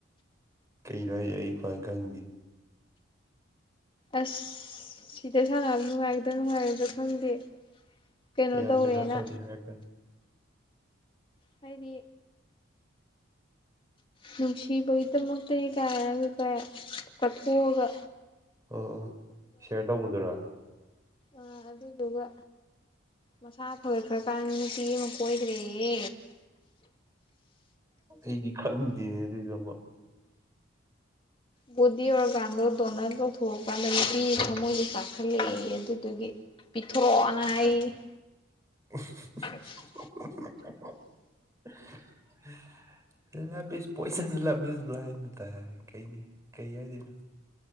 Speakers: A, on the right; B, on the left.
A: ꯀꯩꯅꯣ ꯍꯥꯏꯁꯦ ꯑꯩꯄꯥꯎ ꯈꯪꯗꯦ
B: ꯑꯁ ꯁꯤꯗ ꯁꯥꯟꯅꯕ ꯅꯨꯡꯉꯥꯏꯒꯗ ꯅꯨꯡꯉꯥꯏꯔꯣꯢꯗ ꯈꯪꯗꯦ ꯀꯩꯅꯣ
A: ꯌꯥꯝ
B: ꯇꯧꯔꯦꯅ
A: ꯇꯧꯗꯦ ꯍꯥꯏꯔꯛꯀꯅꯨ
B: ꯍꯥꯏꯗꯤ ꯅꯨꯡꯁꯤꯕꯒꯤꯗꯃꯛꯇ ꯀꯥꯏꯔꯒ ꯀꯌꯥ ꯀꯠꯊꯣꯛꯑꯒ
A: ꯑꯣ ꯑꯣ ꯁꯤꯦꯌꯔ ꯇꯧꯕꯗꯨꯔꯥ
B: ꯑ ꯑꯗꯨꯗꯨꯒ ꯃꯁꯥ ꯐꯒꯠꯈ꯭ꯔꯀꯥꯟꯅꯤ ꯅꯨꯄꯤ ꯑꯃ ꯀꯣꯏꯗ꯭ꯔꯦꯌꯦ
A: ꯑꯩꯗꯤ ꯈꯪꯗꯦ ꯑꯗꯨꯏꯗ
B: ꯕꯣꯗꯤ ꯑꯣꯔꯒꯥꯟꯗꯣ ꯗꯣꯅꯔꯠ ꯂꯧꯧꯊꯣꯛꯑꯀꯥꯟꯗ ꯅꯨꯄꯤ ꯊꯃꯣꯏꯗ ꯆꯥꯛꯈꯠꯂꯛꯏ ꯑꯗꯨꯗꯨꯒꯤ <unintelligible> ꯍꯥꯏꯑꯌꯦ
A: <inaudible>
B: <inaudible>
A: <inaudible> love is poison love is blind ꯇꯥꯔꯦ ꯀꯩꯅ ꯀꯩ ꯍꯥꯏꯗꯣꯏꯅꯣ